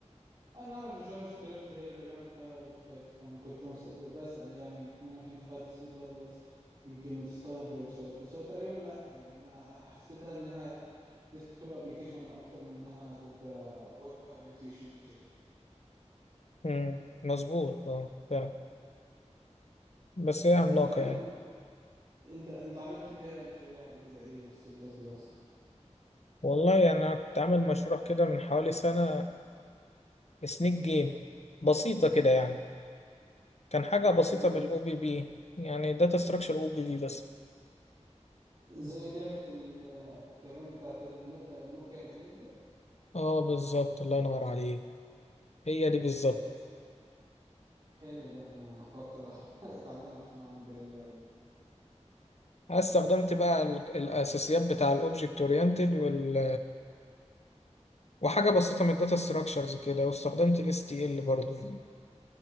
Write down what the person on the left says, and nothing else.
امم مظبوط اه فعلا بس هي عملاقة
يعني
والله يعني انا كنت عامل مشروع كده من حوالي سنة سنيك جيم بسيطة كده يعني كان حاجة بسيطة
بالاو بي بي يعني داتا ستراكشر او بي بي بس
اه بالظبط الله ينور عليك هي دي بالظبط
أنا استخدمت بقى ال- الاساسيات بتاع الاوبجكت اورينتد وال... وحاجة بسيطة من الداتا ستراكشرز كده واستخدمت الاس تي ال برضو يعني